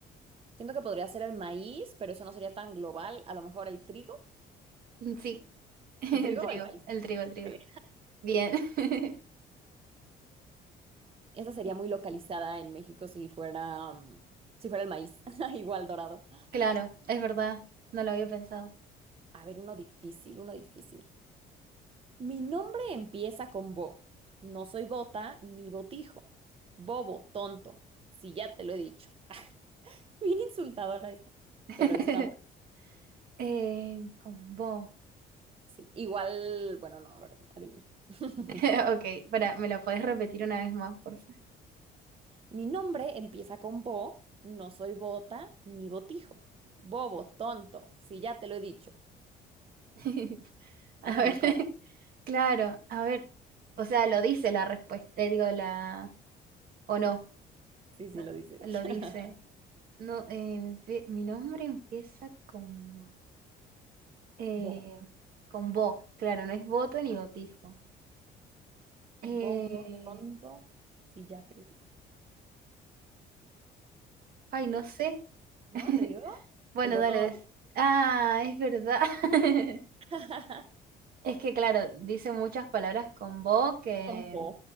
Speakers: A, on the right (about 35°); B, on the right (about 60°).
A: Siento que podría ser el maíz, pero eso no sería tan global. A lo mejor el trigo.
B: Sí, <laughs>
A: ¿El trigo
B: el trigo,
A: o el maíz?
B: el trigo, el trigo.
A: Sí.
B: Bien. <laughs>
A: Esa sería muy localizada en México si fuera, mm, si fuera el maíz. <laughs> Igual dorado.
B: Claro, es verdad, no lo había pensado.
A: A ver, uno difícil, uno difícil. Mi nombre empieza con bo. No soy bota ni botijo. Bobo, tonto. Si ya te lo he dicho. <laughs> Bien insultadora esta.
B: <laughs>
A: Pero está bueno.
B: Eh, con vos.
A: Sí. Igual, bueno, no, a ver, adivina. <laughs>
B: <laughs> Ok, para, ¿me lo podés repetir una vez más, porfa?
A: Mi nombre empieza con bo, no soy bota ni botijo. Bobo, tonto, si ya te lo he dicho.
B: <laughs> A
A: Esa también
B: ver,
A: es como...
B: <laughs>
A: <laughs>
B: claro, a ver, o sea, lo dice la respuesta, eh, digo, la, o no,
A: Sí, sí,
B: lo,
A: lo dice.
B: lo
A: <laughs>
B: dice. No, eh, empie- mi nombre empieza con bo, eh,
A: Bo.
B: con bo, claro, no es voto ni
A: ajá.
B: botijo. Eh,
A: Bobo, tonto, si ya te lo he dicho.
B: ay, no sé.
A: ¿No?
B: <laughs>
A: ¿Te digo?
B: Bueno,
A: El botón.
B: dale. des- Ah, es verdad. <laughs>
A: <laughs>
B: Es que, claro, dice muchas palabras con vos que,
A: Con bo.